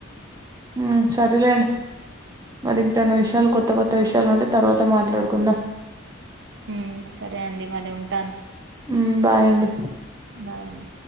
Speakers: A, on the right (about 20°); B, on the right (about 65°).
A: మ్ సరలేండి మరి ఇంకేన్న విషయాల కొత్త కో త్త విషయాలు ఉంటే తర్వాత మాట్లాడుకుందా
B: మ్ సరే అండి మరి ఉంటాను
A: మ్ బాయండి
B: బాయ్ అండి